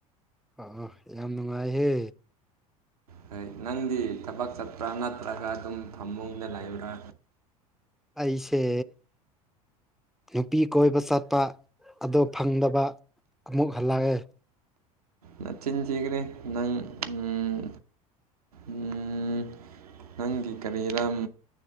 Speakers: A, in the centre; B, on the right.
A: ꯑꯣ ꯑꯣ ꯌꯥꯝ ꯅꯨꯡꯉꯥꯏꯍꯦ
B: ꯍꯣꯏ ꯅꯪꯗꯤ ꯊꯕꯛ ꯆꯠꯄ꯭ꯔꯥ ꯅꯠꯇ꯭ꯔꯒ ꯑꯗꯨꯝ ꯐꯃꯨꯡꯗ ꯂꯩꯕ꯭ꯔꯥ
A: ꯑꯩꯁꯦ ꯅꯨꯄꯤ ꯀꯣꯏꯕ ꯆꯠꯄ ꯑꯗꯣ ꯐꯪꯗꯕ ꯑꯃꯨꯛ ꯍꯜꯂꯛꯑꯦ
B: ꯅꯆꯤꯟ ꯊꯤꯒꯔꯦ ꯅꯪ ꯎꯝ ꯎꯝ ꯅꯪꯒꯤ ꯀꯔꯤ ꯔꯝ